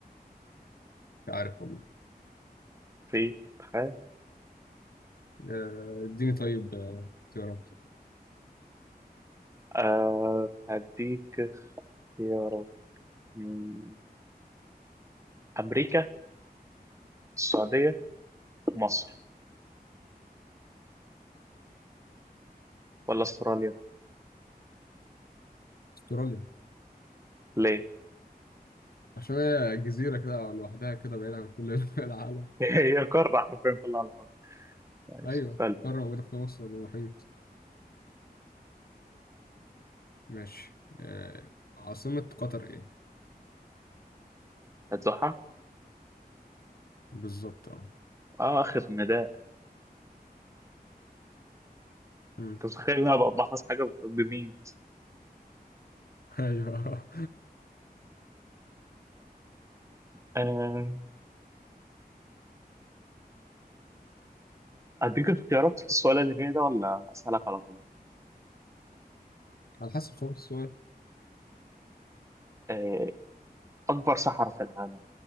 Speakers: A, on the left; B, on the right.
A: عارف والله
B: في تخيل
A: آه، اديني طيب آه، اختيارات
B: آه... هديك اختيارات مم، امريكا السعوديه مصر ولا استراليا
A: استراليا
B: ليه
A: عشان هي جزيرة كده لوحدها كده بعيد عن كل <laughs> العالم
B: <laughs> هي قاره حرفيا في العالم ماشي
A: ايوه
B: سالفه
A: قارة موجودة في نص المحيط ماشي آه، عاصمة قطر ايه؟
B: هتزحها
A: بالظبط اه
B: اه اخر نداء
A: مم.
B: انت متخيل ان انا ببحث حاجه بمين
A: <laughs> ايوه
B: آه. أديك اختيارات في السؤال اللي جاي ده ولا أسألك على طول؟
A: على حسب صعوبة السؤال
B: آه، أكبر صحراء في العالم